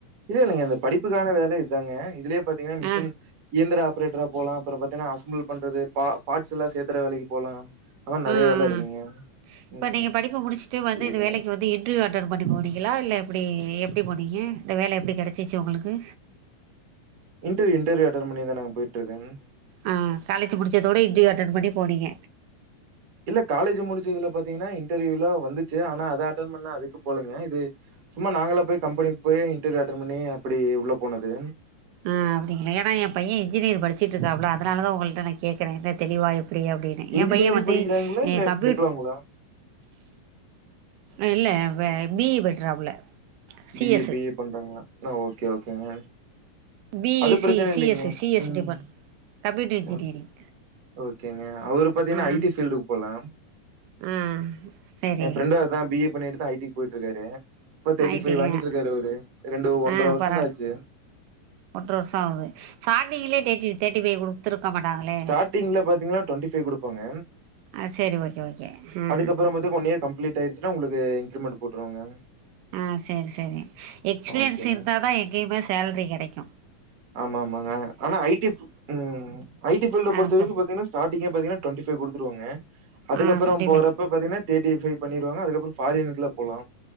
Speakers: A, on the right; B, on the right.
A: இல்லல்லைங்க இந்த படிப்புக்கான வேல இதுதாங்க இதுலயே பாத்தீங்கன்னா மிஷின்
B: ஆ
A: இயந்திர ஆப்ரேட்டரா போலா அப்றம் பாத்தீங்கன்னா அசம்பிள் பண்றது பார்ட்ஸ்ல்லா சேத்தற வேலைக்கு போலா அதா நெறைய
B: ம்
A: வேல
B: ம்
A: இருக்குங்க
B: இப்ப
A: ம்
B: நீங்க
A: ம்
B: படிப்பு முடிச்சுட்டு வந்து
A: சேரிங்க
B: இந்த வேலைக்கு வந்து இன் ட்ர்வியூ அட்டன் பண்ணி போனீங்களா இல்ல எப்டி எப்டி போனீங்க இந்த வேல எப்டி கெடச்சிச்சு உங்களுக்கு
A: இன்ட்ர்வியூ இன்டர்வியூ அட்டன் பண்ணி தா நா போயிட்டு இருக்கங்க
B: ஆ காலேஜ் முடிச்சதோட இன்ட்ரிவ்யு அட்டென் பண்ணி போனீங்க
A: இல்ல காலேஜ் முடிச்சதுல பாத்தீங்கன்னா இன்டர்வியூலா வந்துச்சு ஆனா அதை அட்டென் பண்ணல அதுக்கு போலைங்க இது சும்மா நாங்களா போய் கம்பெனிக்கு போய் இன்டர்வியூ அட்டன் பண்ணி அப்டி உள்ள போனது
B: ம் அப்டிங்களா ஏன்னா என் பையன் இன்ஜினியர் படிச்சுட்டுருக்காப்ல அதனாலாதா ஒங்கள்ட்ட நா கேக்கறே என்ன தெளிவா எப்டி எப்டின்னு
A: இன்ஜினியரிங்
B: என் பையன் வந்து
A: படிக்கிறாங்களா? இல்ல
B: கம்ப்யூ
A: டிப்ளோங்களா?
B: இல்ல பி இ பண்றாப்புல C
A: B
B: S
A: A B A பண்றாங்களா ஓகே ஓகேங்க
B: பி
A: அது
B: இ
A: பிரச்சன
B: சி சி
A: இல்லைங்க
B: எஸ் சி எஸ்
A: ம்
B: டிபார்ட் கம்ப்யூட்டர் இன்ஜினியரிங்
A: ஓக் ஓகேங்க அவரு பாத்தீங்கன்னா
B: ஆ
A: ஐ டி ஃபீல்டுக்கு போலா
B: ஆ சரி
A: என் ஃப்ரெண்டு அதா பி இ பண்ணிட்டு தா ஐடிக்கு போயிட்டு இருக்காரு இப்ப தேட்டி
B: ஐ
A: ஃபை
B: டி
A: வாங்கிட்டுருக்காரு
B: ஆ
A: அவரு ரெண்டு ஒன்றரை
B: ஆ
A: வருஷந்தா
B: பரவால்ல
A: ஆச்சு
B: ஒன்றரை வருஷ ஆகுது சாடிங்கலயே தேர்ட்டி தேர்ட்டி ஃபை குடுத்து குடுத்துருக்க மாட்டாங்களே
A: ஸ்டார்டிங்ல பாத்தீங்கன்னா ட்வெண்டி ஃபை குடுப்பாங்க
B: ஆ செரி ஓகே ஓகே ம்
A: அதுக்கப்புறம் மட்டுக்கு ஒன் இயர் கம்பிளிட் ஆயிருச்சுன்னா உங்களுக்கு இன்கிரிமென்ட் போட்டுருவங்க
B: அ சரி சரி எக்ஸ்பீரியன்ஸ்
A: ஓகேங்க.
B: இருத்தாதா எங்கயுமே சேலரி கிடைக்கு
A: ஆமா ஆமாங்க ஆனா ஐ டி ம் ஐ டி ஃபீல்டு
B: ஆ
A: பொறுத்தவரைக்கு
B: சொல்
A: பாத்தீங்கன்னா ஸ்டார்டிங்கே பாத்தீங்ன்னா ட்வெண்டி ஃபை குடுத்துடுவங்க அதுக்கப்புற
B: ஆ சுண்டிபை
A: போற ப்ப பாத்தீங்கன்னா தேர்டி ஃபை பண்ணிருவாங்க அதுப்புற பாரின்க்குலா போலா